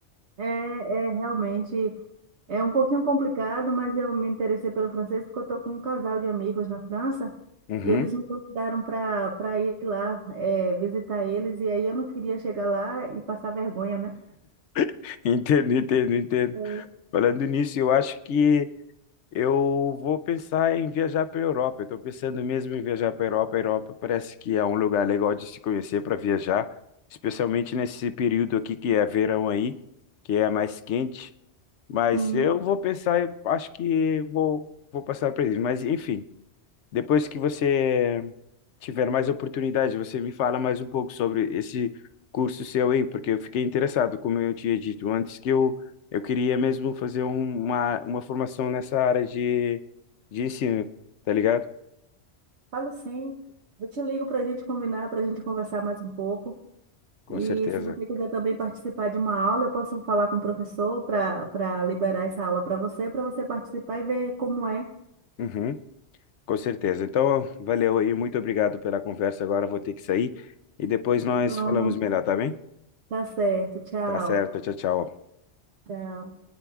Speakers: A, on the right; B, on the left.
A: É, é realmente é um pouquinho complicado, mas eu me interessei pelo francês porque eu estou com um casal de amigos na França
B: Uhum.
A: e eles me convidaram para para ir lá é, visitar eles e aí eu não queria chegar lá e passar vergonha, né?
B: <laughs> Entendo, entendo, entendo.
A: É,
B: Falando nisso, eu acho que Eu vou pensar em viajar para a Europa. Eu estou pensando mesmo em viajar para a Europa. A Europa parece que é um lugar legal de se conhecer para viajar, especialmente nesse período aqui que é verão aí, que é mais quente. Mas
A: Sim,
B: eu vou pensar, e acho que vou, vou passar para eles. Mas enfim. Depois que você tiver mais oportunidade, você me fala mais um pouco sobre esse curso seu aí, porque eu fiquei interessado, como eu tinha dito antes, que eu, eu queria mesmo fazer um- uma, uma formação nessa área de, de ensino, tá ligado?
A: falo sim. Eu te ligo para a gente combinar, para a gente conversar mais um pouco. E
B: Com certeza.
A: se você quiser também participar de uma aula, eu posso falar com o professor para para liberar essa aula para você, para você participar e ver como é.
B: Uhum, com certeza. Então, valeu aí, muito obrigado pela conversa. Agora vou ter que sair e depois nós
A: Pronto,
B: falamos melhor, tá bem?
A: tá certo. Tchau.
B: Tá certo, tchau, tchau.
A: Tchau.